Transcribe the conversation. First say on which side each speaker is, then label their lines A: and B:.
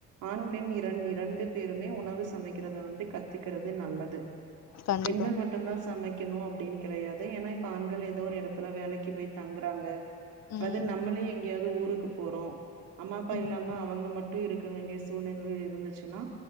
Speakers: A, on the right; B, on the left.
A: ஆண் பெண் இரண் இரண்டு பேருமே உணவு சமைக்கிறத வந்து கத்துக்கிறது நல்லது
B: கண்டிப்பா
A: பெண்கள் மட்டுந்தா சமைக் கிணூ அப்டின்னு கெடையாத் து ஏனா இப்ப ஆண்கள் ஏதோ ஒரு எடத் த்துல வேலைக்கு போய் தங்குறாங்க
B: ம்
A: அது நம்மளே எங்கேயாவ்து ஊருக்கு போறோ அம்மா அப்பா
B: ம்
A: இல்லாம அவங்க மட்டூ இருக் க வேண்டிய சூழ்நிலையில் இருந்துச் சுன்னா